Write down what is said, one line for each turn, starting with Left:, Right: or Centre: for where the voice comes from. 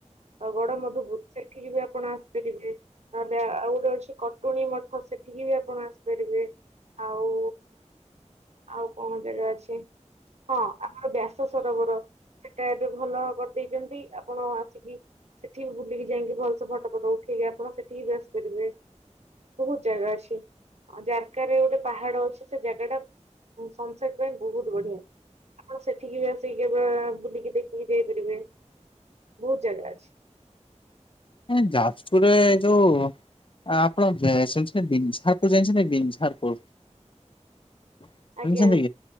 Right: ଆଉ ଗଡ ମଧୁପୁର୍ ସେଠିକି ବି ଆପଣ ଆସିପାରିବେ। ନହେଲେ ଆଉ ଗୋଟେ ଅଛି କଟୁଣୀ ମଠ ସେଠିକି ବି ଆସ୍ ଆପଣ ଆସିପାରିବେ ଆଉ ଆଉ କଣ ଜାଗା ଅଛି। ହଁ ବ୍ୟାସ ସଦୋବର। ସେଟା ଏବେ ଭଲ କରିଦେଇଚନ୍ତି ଆପଣ ଆସିକି ସେଠି ବି ବୁଲିକି ଯାଇକି ବହୁତ୍ ଫଟ ଫଟ ଉଠେଇକି ଆପଣ ସେଠିକି ବି ଆସିପାରିବେ। ବହୁ ଜାଗା ଅଛି। ଜାଗାରେ ଗୋଟେ ପାହାଡ ଅଛି ସେ ଜାଗା ଟା ସଂନ୍ସେଟ୍ ପାଇଁ ବହୁତ୍ ବଢିଆ। ଆପଣ ସେଠିକି ବି ଆସିକି କେବେ ବୁଲିକି ଦେଖିକି ଯାଇପାରିବେ ବହୁତ୍ ଜାଗା ଅଛି।
Left: ଉଁ ଯାଜ୍ ପୁରରେ ଯୋଉ ଆପଣ <unintelligible> ସେଟା ବିଝାର୍ପୁର୍। ଶୁଣିଛନ୍ତି
Right: ଆଜ୍ଞା
Left: କି